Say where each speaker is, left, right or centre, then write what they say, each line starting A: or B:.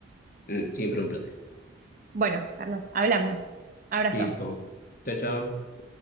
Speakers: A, on the left; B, on the right.
A: Mm, Siempre un placer.
B: Bueno, Carlos, hablamos. Abrazo.
A: Listo. Chao, chao.